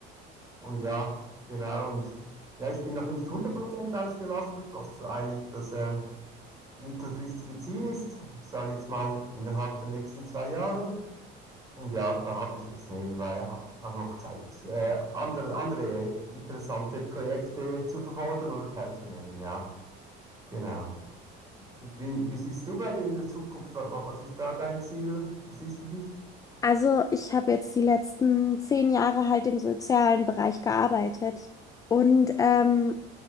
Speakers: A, on the right; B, on the left.
A: Und ja, genau. Und ja, ich bin noch nicht hundert Prozent ausgelastet, was eigentlich das ähm, mittelfristige Ziel ist. Ich sage jetzt mal innerhalb der nächsten zwei Jahren. Und ja, da habe ich jetzt nebenbei ha- auch noch Zeit, äh, andere, andere interessante Projekte zu verfolgen oder teilzunehmen. Ja, genau. Wie, wie siehst du bei dir in der Zukunft? Wa- wa- Was ist da dein Ziel? Wo siehst du dich?
B: Also, ich habe jetzt die letzten zehn Jahre halt im sozialen Bereich gearbeitet. Und ähm,